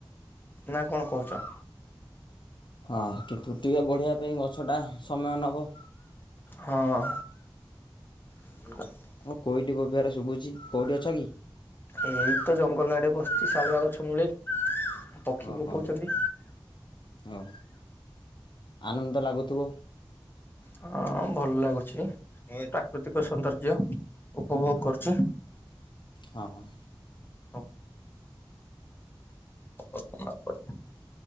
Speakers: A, on the left; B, on the left.
A: ନା କଣ କହୁଛ?
B: ହଁ, କିନ୍ତୁ ଟିକେ ବଢ଼ିବା ପାଇଁ ଗଛଟା ସମୟ ନବ।
A: ହଁ। <inaudible>
B: କଣ କୋଇଲି ବୋବେଇଆର ଶୁଭୁଛି, କୋଉଠି ଅଛ କି?
A: ଏଇ ତ ଜଙ୍ଗଲ ଆଡେ ବସିଛି ସାଳୁଆ ଗଛ ମୂଳେ। ପକ୍ଷୀ
B: ଓହୋ
A: ବୋବୋଉଛନ୍ତି।
B: ହଉ ଆନନ୍ଦ ଲାଗୁଥିବ।
A: ହଁ, ଭଲ ଲାଗୁଛି ଇଏ ପ୍ରାକୃତିକ ସୌନ୍ଦର୍ଯ୍ୟ। ଉପଭୋଗ କରୁଛି
B: ଅ ହଁ।
A: ଆଉ <unintelligible>